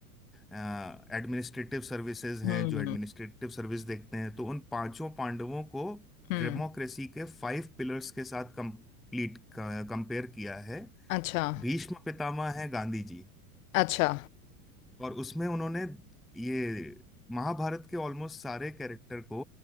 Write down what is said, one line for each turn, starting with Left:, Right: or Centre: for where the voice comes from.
Centre: एडमिनिस्ट्रेटिव सर्विसेज हैं
Left: हम्म
Centre: जो एडमिनिस्ट्रेटिव सर्विस देखते हैं तो उन पांचों पांडवों को
Left: हम्म
Centre: डेमोक्रेसी के फाइव पिलर्स के साथ कंप्लीट कंपेयर किया है
Left: अच्छा
Centre: भीष्म पितामह है गांधी जी
Left: अच्छा
Centre: और उसमें उन्होंने ये महाभारत के ऑलमोस्ट सारे कैरेक्टर को